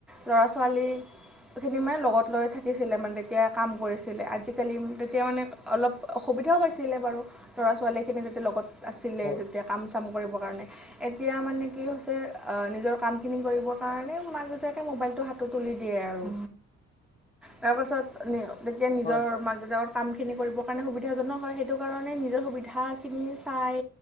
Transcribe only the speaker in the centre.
ল'ৰা-ছোৱালীখিনি মানে লগত লৈ থাকিছিলে মানে তেতিয়া কাম কৰিছিলে। আজিকালি তেতিয়া মানে অলপ অসুবিধাও পাইছিলে বাৰু ল'ৰা-ছোৱালীখিনি যেতিয়া লগত আছিলে
তেতিয়া কাম চাম কৰিবৰ কাৰণে। এতিয়া মানে কি হৈছে নিজৰ কামখিনি কৰিবৰ কাৰণে মাক দেউতাকে মোবাইলটো হা হাতত তুলিদিয়ে আৰু তাৰপিছত যেতিয়া নিজৰ
মাক দেউতাকৰ কামখিনি কৰিবৰ কাৰণে সুবিধাজনক হয় সেইটো কাৰণে নিজৰ সুবিধাখিনি চাই